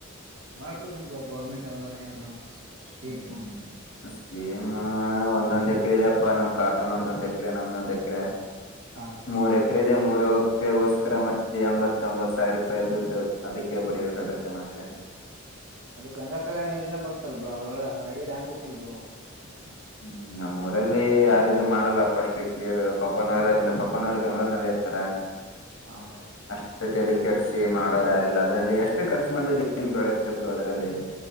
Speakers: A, on the right; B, on the left.
A: ಮಾಡ್ಸ್ಬೇಕಲ್ ಬ್ರೋ ಗೌರ್ಮೆಂಟ್ ಯಾವ್ದರ ಏನ್ರ ಸ್ಕೀಮ್
B: <unintelligible>
A: ತಗೊಂಡ್
B: ಹಸ್ ಏನ ಒಂದೊಂದ್ ಎಕ್ರೆ ಇದೆಪ ನಮ್ ಕಾಕ ನೋರ್ದು ಎಕ್ರೆ ನಮ್ದೊಂದ್ ಎಕ್ರೆ. <unintelligible>
A: ಹಾ ಬ್ರೋ
B: ಮೂರ್ ಎಕ್ರೆ ಇದೆ ಮೂರ್ <unintelligible> ಗೋಸ್ಕರ ಮತ್ತೆ ಎಂಬತ್ತೊಂಬತ್ ಸಾವಿರ ರೂಪಾಯಿ ದುಡ್ಡು ಅದಕ್ಕೆ ಬಡಿಬೇಕಾಗತ್ತೆ ಮತ್ತೆ
A: ಅದು ಗಂಗಾ ಕಲ್ಯಾಣ ಯೋಜನೆ ಬರುತ್ತಲ್ ಬ್ರೋ ಅದ್ರೊಳ ಅದರಡಿಯಲಿ ಹಾಕ್ಬೇಕಿಲ್ ಬ್ರೋ
B: <unintelligible> ಹ್ಮ ನಮ್ಮೂರಲ್ಲಿ ಯಾರಿದು ಮಾಡಲ್ಲಪ್ಪಷ್ಟು ಕೇರು ಪಪ್ಪನವ್ರು ಪಪ್ಪನವ್ರು ಬೆಂಗಳೂರ್ನಲ್ಲಿ ಇರ್ತರ <unintelligible>
A: ಹಾ ಬ್ರೋ
B: ಅಷ್ಟು ತೆಲಿಗ್ ಕೆಡ್ಸಿ ಮಾಡೋರು ಯಾರಿಲ್ಲ ಅದ್ರಲ್ಲಿ ಎಷ್ಟು ಖರ್ಚು ಮಾಡಿದ್ರೆ ಏನ್ ಬೆಳೆತ್ತ ಬ್ರೋ ಅದ್ರಲ್ಲಿ